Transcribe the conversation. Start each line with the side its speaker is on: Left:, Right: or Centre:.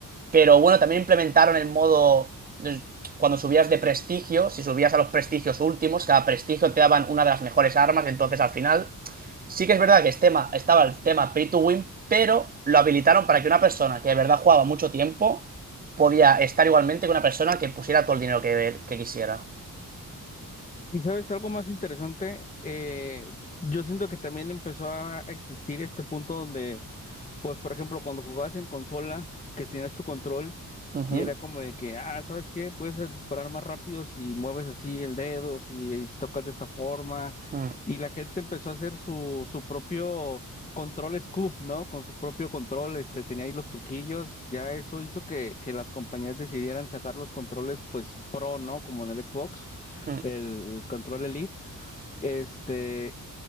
Right: Pero bueno, también implementaron el modo eh, cuando subías de prestigio, si subías a los prestigios últimos, cada prestigio te daban una de las mejores armas, entonces al final Sí que es verdad que este tema, estaba el tema Pay to Win, pero lo habilitaron para que una persona que de verdad jugaba mucho tiempo podía estar igualmente que una persona que pusiera todo el dinero que, que quisiera.
Left: Y sabes, algo más interesante, eh, yo siento que también empezó a existir este punto donde, pues, por ejemplo, cuando jugabas en consola, que tenías tu control.
Right: Ujú,
Left: Y era como de que, ah, ¿sabes qué? Puedes eh, disparar más rápido si mueves así el dedo, si eh, tocas de esta forma.
Right: mm,
Left: Y la gente empezó a hacer su, su propio control scoof, ¿no? Con su propio control, este, tenía ahí los truquillos. Ya eso hizo que, que las compañías decidieran sacar los controles, pues, pro, ¿no? Como en el Xbox,
Right: mm.
Left: el control Elite. Este,